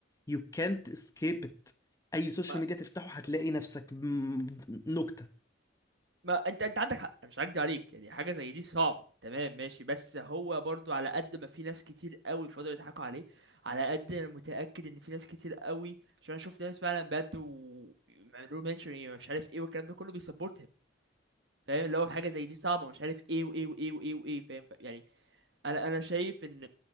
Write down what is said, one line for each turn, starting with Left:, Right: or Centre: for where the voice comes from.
Left: you can't escape it اي سوشيال
Right: ما,
Left: ميديا تفتحه هتلاقي نفسك م- نكتة
Right: ما انت انت عندك حق أنا مش هكدب عليك يعني حاجه زي دي صعبه تمام ماشي بس هو برضو على قد ما في ناس كتير قوي فضلوا يضحكوا عليه على قد انا متاكد ان في ناس كتير قوي عشان انا شفت ناس فعلا بجد وعملوا منشن يعني مش عارف ايه والكلام ده كله بيسبورتهم فاهم اللي هو حاجه زي دي صعبه مش عارف ايه وايه وايه وايه وايه فاهم ف- يعني انا انا شايف ان